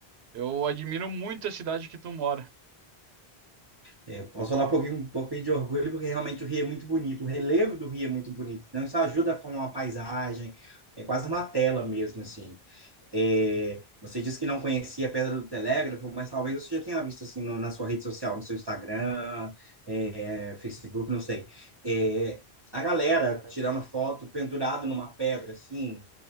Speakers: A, on the right; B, on the right.
A: Eu admiro muito a cidade que tu mora.
B: É, Eu posso falar um pouquinho, um pouquinho de orgulho, porque realmente o Rio é muito bonito, o relevo do Rio é muito bonito. Então, isso ajuda a formar uma paisagem, é quase uma tela mesmo, assim. É, você disse que não conhecia a Pedra do Telégrafo, mas talvez você já tenha visto, assim, no- na sua rede social, no seu Instagram, é, Facebook, não sei. É, a galera tirando foto pendurado numa pedra, assim,